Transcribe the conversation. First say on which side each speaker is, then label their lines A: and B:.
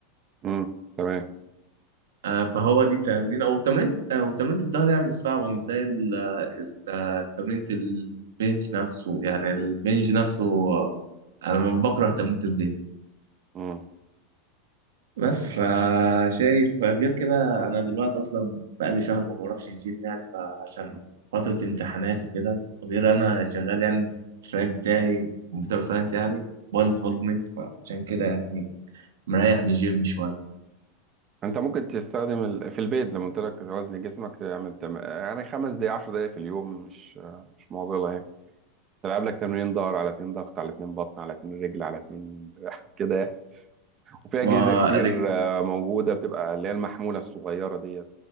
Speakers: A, on the right; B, on the right.
A: مم. تمام
B: آه، فهو دي تمرين او تمرين او تمرين الظهر يعني مش صعبة مش زي ال... ال... تمرين البنج نفسه يعني البنج نفسه آه، انا بكره تمرين البنج
A: مم.
B: بس فشايف غير كده انا دلوقتي اصلا بقالي شهر ما بروحش الجيم يعني فعشان
A: مم.
B: فترة امتحانات وكده وغير انا شغال يعني في التراك بتاعي كمبيوتر ساينس يعني موبايل ديفلوبمنت فعشان كده يعني مريح من الجيم شوية
A: انت ممكن تستخدم ال... في البيت زي ما قلت لك وزن جسمك تعمل تم... يعني خمس دقايق 10 دقايق في اليوم مش مش معضله يعني تلعب لك تمرين ظهر على اتنين ضغط على اتنين بطن على اتنين رجل على اتنين <laughs> كده يعني وفي
B: ما
A: اجهزه كتير
B: رج...
A: آه، موجوده بتبقى اللي هي المحموله الصغيره ديت